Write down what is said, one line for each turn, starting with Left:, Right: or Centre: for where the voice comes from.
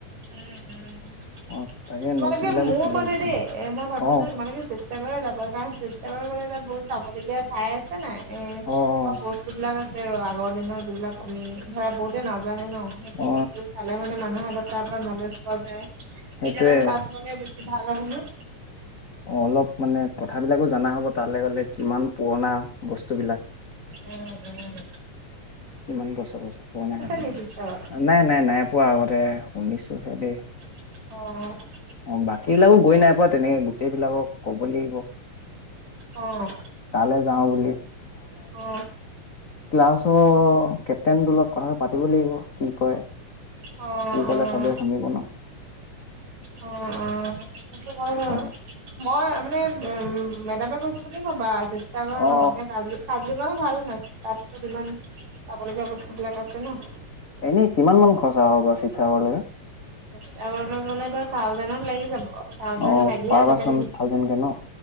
Right: উম, উম
Left: অ', তাকে
Right: তোমালোকে
Left: নোটছ বিলাকো
Right: মোৰ
Left: কেলে
Right: মতে
Left: পঠাইছিলে
Right: দি এ মই ভাবিছো
Left: অ',
Right: তোমালোকে চিপচাগৰ যাবা। <unintelligible> চিপ-চাগৰ গ'লে তাত বহুত চাবলগীয়া ঠাই আছে-নাই? এ
Left: অ',
Right: তোমাৰ
Left: অ'।
Right: বস্তু। তাগা আছে ৰ আগৰ দিনৰ যিবিলাক আমি, ধৰা বহুতে নাজ যোৱা নাই ন? সেইটো
Left: অ
Right: বস্তু চালে মানে মানুহৰ আগত তাৰপৰা নলেজ পোৱা যায়।
Left: সেইটোৱে
Right: সেইকাণে তাত গ'লে বেছ এত্ ভাল হ'বনে?
Left: অ' অলপ মানে কথাবিলাকো জানা হ'ব তালে গ'লে কিমান পুৰণা? বস্তুবিলাক।
Right: উম-উম
Left: কিমান বছ-বছ পোৱা নাই বোলো,
Right: নি শিৱসাগৰ?
Left: আ' নাই-নাই-নাই পোৱা আগতে, শুনিছো। হব দে।
Right: অহ,
Left: অ' বাকী বিলাকো গৈ নাই পোৱা তেনেকে গোটেই বিলাকক ক'ব লাগিব।
Right: অ',
Left: তা'লে যাওঁ বুলি।
Right: অ
Left: ক্লাছ, কেপটেনটো লগত কথাটো পাতিব লাগিব, কি কৰে?
Right: অ',
Left: সি ক'লে চবে
Right: অ'।
Left: শুনিব ন।
Right: অ', অ', সেইটো হয় বাৰু,
Left: অ
Right: মই এনে নে মে-মেডামে কৈছো বুলি কব জেত সাগৰ
Left: অ
Right: ন মে কাজু-কাজুক ন ভাল হয় তাট তো ইমান চাব লগগীয়া বস্তু বিলাক আছে ন।
Left: এনেই কিমান মান খৰচা হ'ব শিবসাগৰলৈ।
Right: চাবলে গলেতো থাউজেণ্ডত লাগি যাব। থাউজেন
Left: অ
Right: লাগেই
Left: পাৰ
Right: আজিকালি।
Left: পাৰ্চন থাউজেণ্ডকে ন